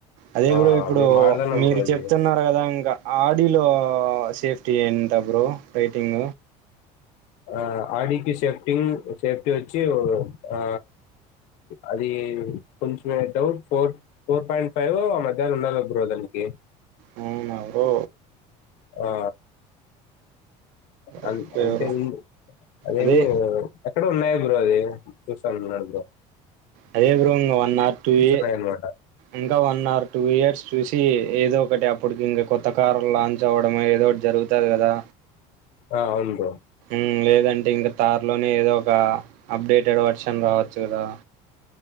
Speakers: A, on the right; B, on the left.
A: అదే
B: ఆ!
A: గురు ఇప్పుడు
B: మేము వాడతన్నాం
A: మీరు
B: బ్రో అది.
A: చెప్తున్నారు కదా ఇంకా ఆడిలో సేఫటీ ఎంత బ్రో రైటింగ
B: ఆ ఆడకి సేఫ్టీ సేఫ్టీ వచ్చి ఆ అది కొంచమే doubt four four point five ఆ మధ్యాహ్న ఉండాల బ్రో దానికి
A: అవునా బ్రో
B: ఆ అ
A: ఓకే
B: అంటే
A: బ్రో
B: అదేమి
A: అదే
B: ఎక్కడ ఉన్నాయ బ్రో అది చూస్తానున్నాడు ఓ
A: అదే బ్రో ఇంకా వన్ ఆర్ టూ ఇ
B: ఉన్నాయన్నమాట.
A: ఇంకా వన్ ఆర్ టూ ఇయర్స్ చూసి ఏదో ఒకటి అప్పటికి ఇంక కొత్త కారు లాంచ్ అవ్వడమే ఏదో ఒకటి జార్గుతాధి కదా
B: ఆ అవును బ్రో
A: ఉమ్ లేదంటే ఇంకా తార్లోనే ఏదో ఒక అప్డేటెడ్ వర్షన్ రావచ్చు కదా